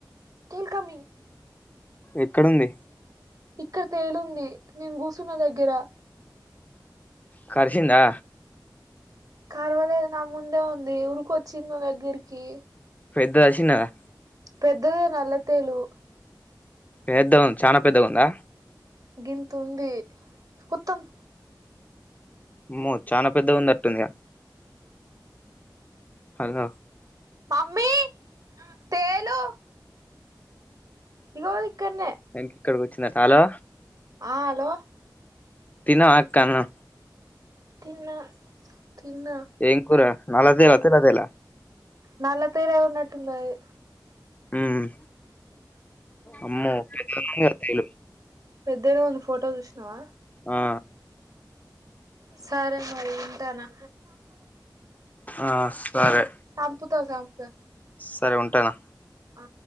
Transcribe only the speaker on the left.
ఎక్కడుంది.
కార్చిందా
పెద్దదా చిన్నదా.
ఏద్దాం చానా పెద్దగుందా.
ఆమో చానా పెద్దగా ఉంది అట్టుందిగా హలో
ఇంక ఇక్కడికి వచ్చిందట హలో
తిన్నావా అక్క అన్నం
ఏం కూర నల్ల తేలా తెల్ల తేలా
హ్మ్ అమ్మో <unintelligible>
ఆ
ఆ సరే
సరే ఉంటానా